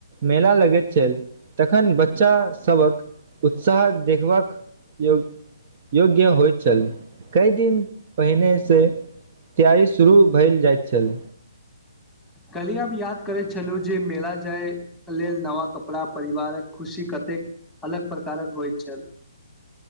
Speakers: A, on the right (about 40°); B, in the centre.
A: मेला लगैत छल तखन बच्चा सभक उत्साह देखबाक योग योग्य होइत छल कई दिन पहिने सँ तैयारी शुरू भेल जाइत छल
B: कहलियै हमब याद करै छलहुँ जे मेला जाय लेल नवा कपड़ा परिवारक खुशी कतेक अलग प्रकारक होइत छल